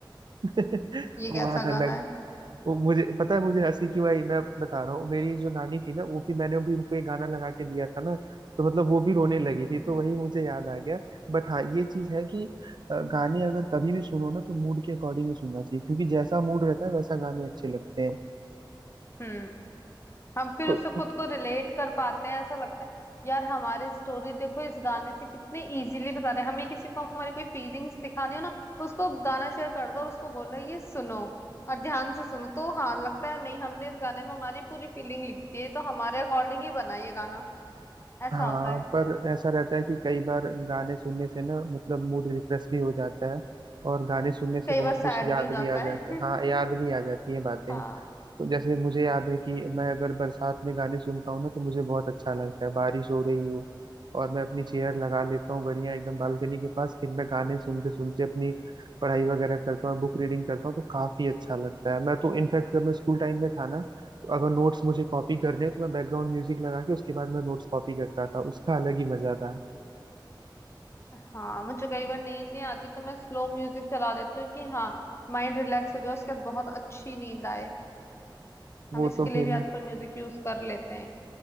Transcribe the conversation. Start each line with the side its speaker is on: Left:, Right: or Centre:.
Right: <laughs>
Left: ये
Right: वो
Left: कैसा
Right: गाना अलग
Left: गाना है
Right: वो मुझे पता है मुझे हंसी क्यों आई मैं बता रहा हूँ मेरी जो नानी थी ना वो भी मैंने भी उनको ये गाना लगा के दिया था ना तो मतलब वो भी रोने लगी
Left: हम्म
Right: थी तो वही मुझे याद आ गया बट हाँ ये चीज है कि अ, गाने अगर कभी भी सुनो ना तो मूड के अकॉर्डिंग ही सुनना चाहिए क्योंकि जैसा मूड रहता है वैसा गाने अच्छे लगते हैं
Left: हम्म हम फिर
Right: तो
Left: उससे खुद को रिलेट कर पाते हैं ऐसा लगता है यार हमारी स्टोरी देखो इस गाने से कितने इजीली बता रहे हैं हमें किसी को हमारी कोई फीलिंग्स दिखानी हो ना उसको गाना शेयर कर दो और उसको बोल रहे ये सुनो और ध्यान से सुनो तो हाँ लगता है नहीं हमने इस गाने में हमारी पूरी फीलिंग लिख दी है तो हमारे अकॉर्डिंग ही बना ये गाना ऐसा
Right: हाँ
Left: होता है
Right: पर ऐसा रहता है कि कई बार गाने सुनने से ना मतलब मूड रिफ्रेश भी हो जाता है और गाने सुनने से
Left: कई
Right: बहुत
Left: बार सैड
Right: कुछ याद
Left: भी हो जाता
Right: भी आ जाता
Left: है
Right: है हाँ
Left: <laughs>
Right: याद भी आ जाती है बातें
Left: हाँ
Right: तो जैसे मुझे याद है कि मैं अगर बरसात में गाने सुनता हूँ ना तो मुझे बहुत अच्छा लगता है बारिश हो रही हो और मैं अपनी चेयर लगा लेता हूँ बढ़िया एकदम बालकनी के पास फिर मैं गाने सुनते सुनते अपनी पढ़ाई वगैरह करता हूँ बुक रीडिंग करता हूँ तो काफी अच्छा लगता है मैं तो इनफैक्ट जब मैं स्कूल टाइम में था ना तो अगर नोट्स मुझे कॉपी करने हैं, तो मैं बैकग्राउंड म्यूजिक लगा के उसके बाद मैं नोट्स कॉपी करता था उसका अलग ही मजा था
Left: हाँ मुझे कई बार नींद नहीं आती तो मैं स्लो म्यूजिक चला देती हूँ कि हाँ माइंड रिलैक्स हो जाए उसके बाद बहुत अच्छी नींद आए
Right: वो
Left: हम इसके
Right: तो
Left: लिए
Right: फिर
Left: भी आजकल म्यूजिक यूज कर लेते हैं